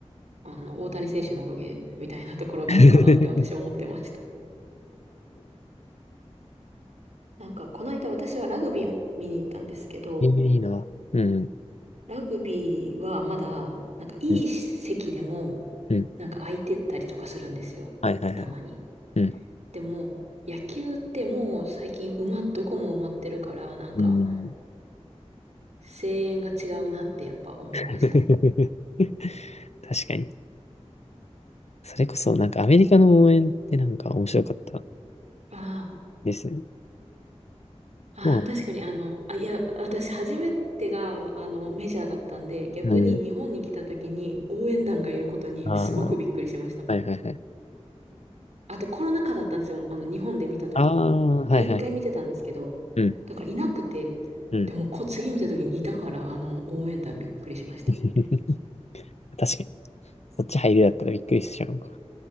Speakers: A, on the right (about 70°); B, on the left (about 65°).
A: あの大谷選手のおかげみたいなところがあるかなって私は思ってました。
B: <laughs>
A: なんかこの間私はラグビーを見に行ったんですけど、
B: えーいいな。うん。
A: ラグビーはまだなんかいい席でも
B: うん。うん。
A: なんか空いてったりとかするんですよ。
B: はいはいはい。
A: たまに。
B: うん。
A: でも、野球ってもう最近馬、どこも埋まってるから、なんか
B: うん。
A: 声援が違うなってやっぱ思いました。
B: <laughs> 確かに。それこそ、なんかアメリカの応援ってなんか面白かった
A: あ
B: ですね。
A: あ、
B: どう
A: ああ、確かにあの、あ、いや、私初めてがあのメジャーだったんで、逆に日本に来た時に応援団がいることにすごくびっくりしました。
B: うんああ、はいはいはい。
A: あとコロナ禍だったんですよ。あの、日本で見た時も。
B: ああ、はいはいはい。
A: 一回見てたんですけど、
B: うん、
A: だからいなくて、
B: うん。
A: でもこ、次見た時にいたから、あの、応援団びっくりしましたね。
B: <laughs> 確かに。そっち入りだったらびっくりしてしまうか。